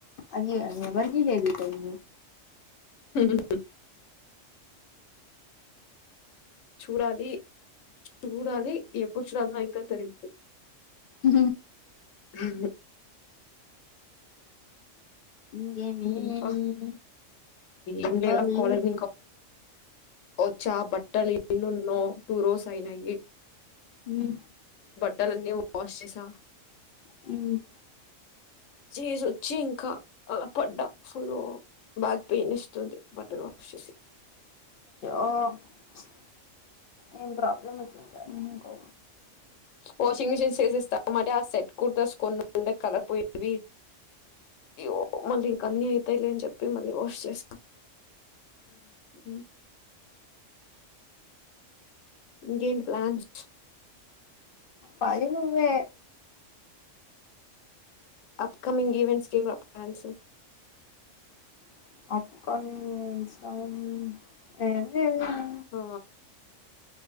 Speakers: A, on the left; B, on the left.
A: అయ్యో ఎవరికి లేదు టైం.
B: హుహ్ చూడాలి. చూడాలి ఎప్పుడు చూడాలి నాకింకా తెలిదు
A: హ
B: ఉహు
A: ఇంకేమి
B: ఇంక ఏంటిరా
A: చెప్పాలి
B: ఏం లేదురా కాలేజ్ వచ్చా బట్టలు <inaudible> నో టూ రోస్ అయినయి.
A: హ్
B: ట్టలు ఆన్నీ వాష్ చేసా.
A: హ్మ్
B: చేసొచ్చి ఇంకా అలా పడ్డా ఫుల్ బ్యాక్ పెయిన్ ఇస్తుంది. బట్టలు వాష్ చేసి
A: ఓ చ్ ఏం ప్రాబ్లమ్ మచ్చ ఎందుకో
B: వాషింగ్ మిషిన్ చేేసి ఇస్తాం. మరి ఆ సెట్ కుర్తాస్ కొన్న కలర్ పోయేట్టివి. అయ్యో <unintelligible> కన్నియ్ తేలిదు అని చెప్పి మళ్ళీ వాష్ చేస్కో హ్మ్ ఇంకేటీ ప్లాన్స్
A: పది నువ్వే
B: అప్కమింగ్ ఈవెంట్స్కి ప్లాన్సు
A: <unintelligible>
B: ఆ